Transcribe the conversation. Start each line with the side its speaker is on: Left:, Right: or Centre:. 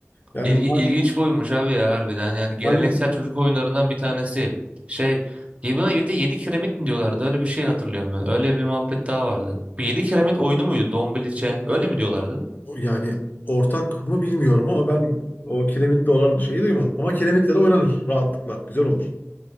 Left: Yani
Right: İlgi,
Left: ma-
Right: ilginç bir oyunmuş abi ya harbiden. Yani geleneksel
Left: maalesef
Right: çocuk oyunlarından bir tanesi. Şey, ya buna bir de 7 kiremit mi diyorlardı? Öyle bir şey hatırlıyorum ben. Öyle bir muhabbet daha vardı. Bu 7 kiremit oyunu muydu? Dombiliçe. Öyle mi diyorlardı?
Left: yani ortak mı bilmiyorum ama ben o kiremitle olan şeyi duymadım. Ama kiremitlere oynanır rahatlıkla. Güzel olur.